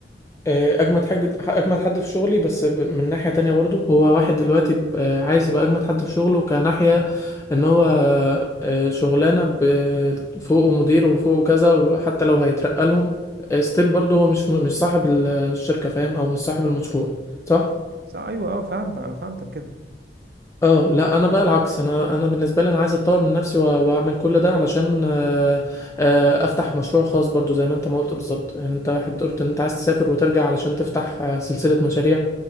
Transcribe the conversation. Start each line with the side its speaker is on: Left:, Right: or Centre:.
Left: آه، اجمد حاجه اجمد حد في شغلي بس ب- من ناحيه تانية برضو هو واحد دلوقتي ب- آه، عايز يبقى اجمد حد في شغله كناحيه ان هو آه، شغلانه ب- فوقه مدير وفوقه كذا وحتى لو هيترقى لهم ستيل برضو هو مش مش صاحب ال- الشركه فاهم او مش صاحب المشروع صح
Right: صح ايوه اه فهمت انا فهمتك كده
Left: اه لا انا بقى العكس انا انا بالنسبه لي انا عايز اتطور من نفسي وأ- واعمل كل ده علشان آه، آه، افتح مشروع خاص برضو زي ما انت ما قلت بالظبط يعني انت واحد قلت ان انت عايز تسافر وترجع علشان تفتح آه، سلسله مشاريع